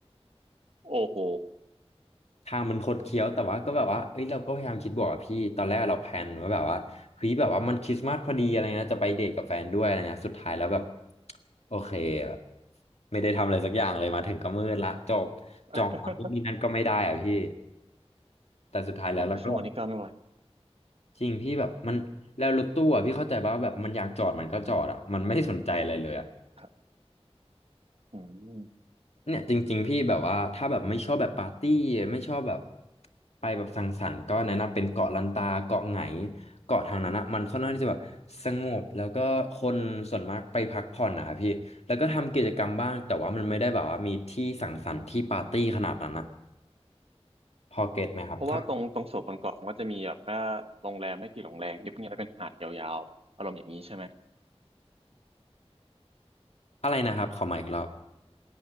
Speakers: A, on the right; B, on the left.
A: โอ้โห
B: ทางมันคดเคี้ยวแต่ว่าก็แบบว่าเอ้ยเราก็พยายามคิดบวกอะพี่ตอนแรกเราแพลนไว่าแบบว่าเฮ้ยแบบว่ามันคริสต์มาสพอดีอะไรนะจะไปเดทกับแฟนด้วยอะไรเงี้ยสุดท้ายแล้วแบบโอเคแบบไม่ได้ทำอะไรสักอย่างเลยมาถึงก็มืดละจบจองร้านนู่นนี่นั่นก็ไม่ได้อะพี่
A: <laughs>
B: แต่สุดท้ายแล้วเราก็แบบ
A: หกชั่วโมงนี่ก็ไม่ไหว
B: จริงพี่แบบมันแล้วรถตู้อะพี่เข้าใจป่ะว่าแบบมันอยากจอดมันก็จอดอะมันไม่สนใจอะไรเลยอะ
A: ครับอืม
B: เนี่ยจริงๆพี่แบบว่าถ้าแบบไม่ชอบแบบปาร์ตี้ไม่ชอบแบบไปแบบสังสรรค์ก็แนะนำเป็นเกาะลันตาเกาะไหงเกาะทางนั้นอะมันค่อนข้างที่จะแบบสงบแล้วก็คนส่วนมากไปพักผ่อนนะครับพี่แล้วก็ทำกิจกรรมบ้างแต่ว่ามันไม่ได้แบบว่ามีที่สังสรรค์ที่ปาร์ตี้ขนาดนั้นอะพอเก็ตไหมครับถ้า
A: เพราะว่าตรงตรงโซนบนเกาะมันก็จะมีแบบว่าโรงแรมไม่กี่โรงแรมเงียบๆแล้วเป็นหาดยาวๆอารมณ์อย่างนี้ใช่ไหม
B: อะไรนะครับขอมาอีกรอบ